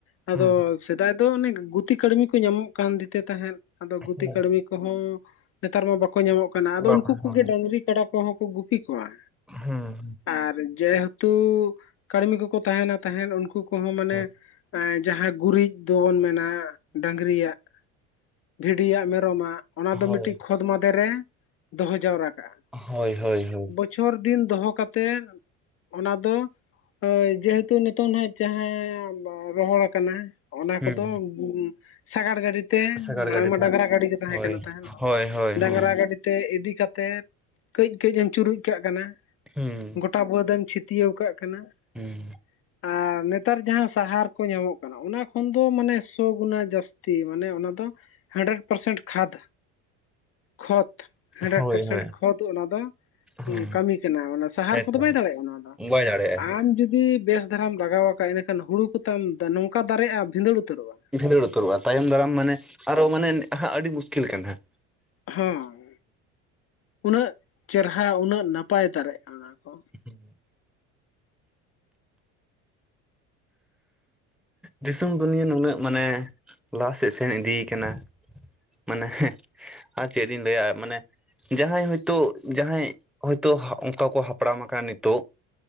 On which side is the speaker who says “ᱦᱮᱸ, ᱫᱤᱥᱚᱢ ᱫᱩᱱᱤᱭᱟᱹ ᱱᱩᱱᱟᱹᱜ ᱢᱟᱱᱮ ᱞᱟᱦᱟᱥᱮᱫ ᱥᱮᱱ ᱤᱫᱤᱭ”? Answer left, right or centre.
Centre